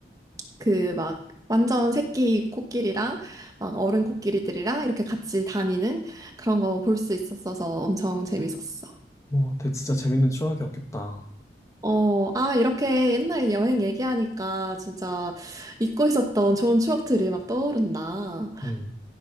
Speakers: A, on the right; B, on the left.
A: 그 막, 완전 새끼 코끼리랑 막 어른 코끼리들이랑 이렇게 같이 다니는 그런 거 볼 수 있었어서 엄청 재밌었어.
B: 뭐, 되게 진짜 재밌는 추억이었겠다.
A: 어, 아, 이렇게 옛날 여행 얘기하니까 진짜 잊고 있었던 좋은 추억들이 막 떠오른다.
B: 음,